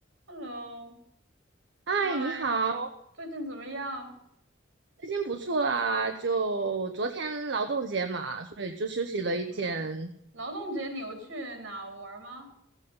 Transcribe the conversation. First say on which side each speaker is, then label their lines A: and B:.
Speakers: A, on the right (about 80°); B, on the right (about 65°).
A: Hello，
B: 嗨，
A: 嗨，
B: 你好，
A: 最近怎么样？
B: 最近不错啊。就昨天劳动节嘛，所以就休息了一天。
A: 嗯，劳动节你有去哪玩儿吗？